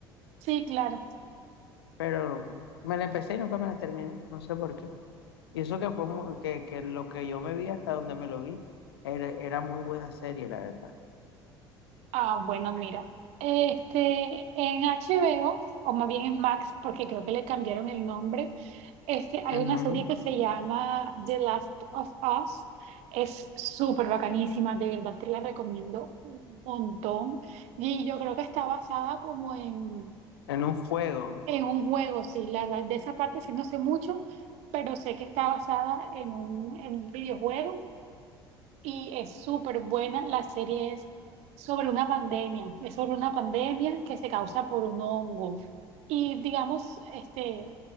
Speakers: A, on the right; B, on the left.
A: Sí, claro.
B: Pero me la empecé y nunca me la terminé, no sé por qué. Y eso que fue mu- que, que lo que yo me vi hasta donde me lo vi, era, era muy buena serie, la verdad.
A: Ah, bueno, mira. Este, en HBO, o o más bien en Max, porque creo que le cambiaron el nombre, Este, hay
B: Ujú,
A: una serie que se llama The Last of Us. Es súper bacanísima, de verdad te la recomiendo un montón. Y yo creo que está basada como en,
B: En un fuego.
A: en un juego, sí, la verdad, de esa parte sí no sé mucho, pero sé que está basada en un, en un videojuego y es súper buena. La serie es sobre una pandemia, es sobre una pandemia que se causa por un hongo. Y digamos, este,